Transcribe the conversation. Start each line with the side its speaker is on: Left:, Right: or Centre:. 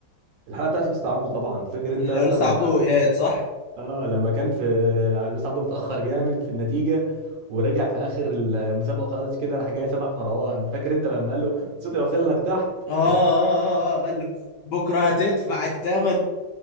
Right: الحلقه بتاعت لوست عبده طبعا فاكر انت يا
Left: لوست
Right: اسطى لما
Left: عبده وايهاب صح؟
Right: اه لما كان في لويس عبده متأخر جامد في النتيجة ورجع في آخر المسابقة خالص كده راح جاي سبق مروان فاكر انت لما قال له صوتي واصل لك تحت
Left: اه اه
Right: <laughs>
Left: اه اه قال له بكره هتدفع الثمن